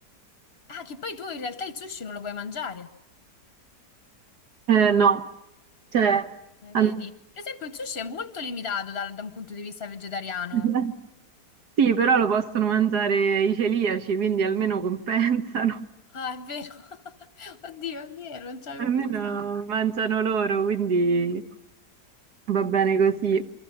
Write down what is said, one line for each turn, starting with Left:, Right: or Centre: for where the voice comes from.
Left: Ah, che poi tu in realtà il sushi non lo puoi mangiare.
Right: Eh, no, cioè,
Left: Eh,
Right: hanno-
Left: vedi? Per esempio, il sushi è molto limitato dal- da un punto di vista vegetariano.
Right: <laughs> sì, però lo possono mangiare i celiaci, quindi almeno compensano,
Left: Ah, è vero. <laughs> Oddio, è vero, non ci avevo
Right: <laughs> almeno
Left: pensato.
Right: mangiano loro, quindi... Va bene così.